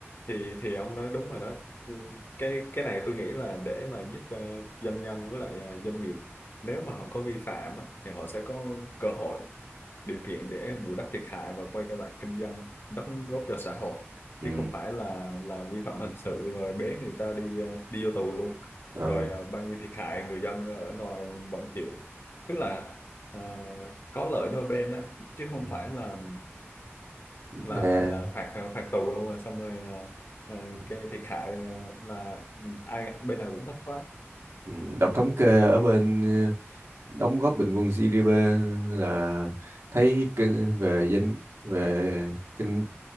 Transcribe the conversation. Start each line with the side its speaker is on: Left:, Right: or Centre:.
Left: thì thì ông nói đúng rồi đó Ừ, cái cái này tôi nghĩ là để mà giúp cho doanh nhân với lại à, doanh nghiệp nếu mà họ có vi phạm á, thì họ sẽ có cơ hội điều kiện để bù đắp thiệt hại và quay trở lại kinh doanh đóng góp cho xã hội
Right: ừ
Left: chứ không phải là là vi phạm hình sự rồi bế người ta đi à, đi vô tù luôn
Right: <laughs> ờ
Left: rồi à, bao nhiêu thiệt hại người dân ở ngoài vẫn chịu tức là à, có lợi đôi bên á chứ không
Right: ừ.
Left: phải là là
Right: Nè,
Left: là là phạt ờ, phạt tù luôn rồi xong rồi ờ, ờ,
Right: ừ,
Left: cái thiệt hại ờ, là ừ, ai bên nào cũng thất thoát
Right: ừ. đọc
Left: ừ.
Right: thống kê ở bên ờ, đóng góp bình quân GDP là thấy kinh về danh về kinh